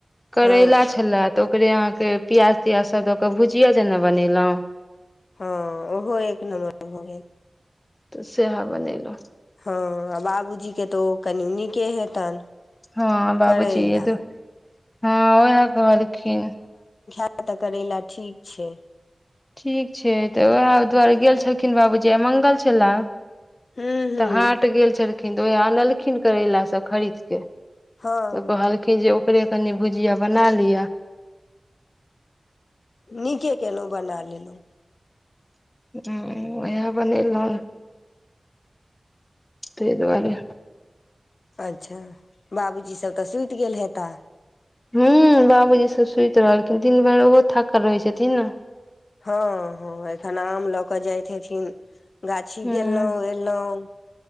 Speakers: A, on the left; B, on the left.
A: करैला
B: हँ
A: छलए तऽ। ओकरे अहाँके प्याज तियाज सब दऽ कऽ भुजिया जेना बनेलहुं। <unintelligible>
B: हँ ओहो एक नमबर हो गेल।
A: तऽ सहा बनैेल।
B: हँ आ बाबूजी के तऽ ओ कनि नीके हेतनि।
A: हँ बाबूजी
B: करैला
A: य त हँ उएह कहलखिन।
B: ा तऽ करै ल ठीक छै।
A: ठीक छै तऽ उएह दुआरे गेल छलखिन बाबूजी आ मङ्ंगल छलए।
B: हूँ हूँ
A: तऽ हाट गेल छल। खिन तऽ ओएह आनलखिन करैलाास सब खरीदके। तऽ
B: हँ
A: कहलकी जे। उे कनि भुजिया बना लि।
B: नीके केलहुँ बना लेलहुँ।
A: ह उएह बनलहु। त दु कहले।
B: अच्छा। बाबू जी सब तस्वीर। क गेल हे तऽ।
A: ह बाबूजी सब सुति रहलखिन दिन भरि ओहो थकल रहै छथिन ने।
B: हँ हँ एखन आम लऽ कऽ जाइत हेथिन। गाछी
A: हूँ
B: गेललहुँं एलहुॅं।